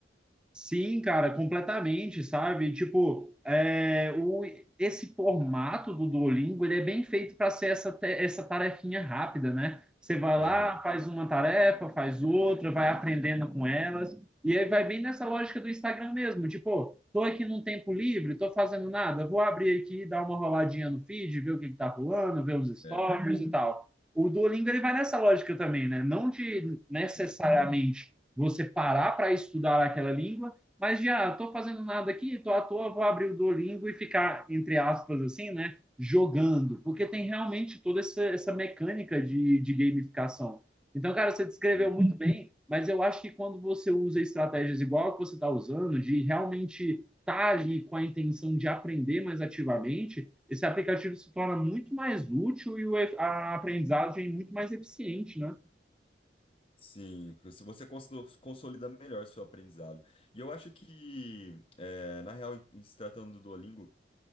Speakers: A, in the centre; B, on the left.
A: Sim, cara, completamente, sabe? Tipo, é, o, esse formato do Duolingo, ele é bem feito para ser essa, te- essa tarefinha rápida, né? Você vai
B: Aham.
A: lá, faz uma tarefa, faz outra, vai aprendendo com elas, e aí vai bem nessa lógica do Instagram mesmo, tipo, tô aqui num tempo livre, tô fazendo nada, vou abrir aqui, dar uma roladinha no feed, ver o que que tá rolando, ver os stories
B: É,
A: e tal. O Duolingo, ele vai nessa lógica também, né? Não de necessariamente
B: sim.
A: você parar para estudar aquela língua, mas já estou fazendo nada aqui, estou à toa, vou abrir o Duolingo e ficar, entre aspas, assim, né? Jogando, porque tem realmente toda essa, essa mecânica de, de gamificação. Então, cara, você descreveu
B: Sim.
A: muito bem, mas eu acho que quando você usa estratégias igual a que você está usando, de realmente estar ali com a intenção de aprender mais ativamente, esse aplicativo se torna muito mais útil e a aprendizagem é muito mais eficiente, né?
B: Sim, se você consido- consolida melhor seu aprendizado. E eu acho que, é, na real, em em se tratando do Duolingo,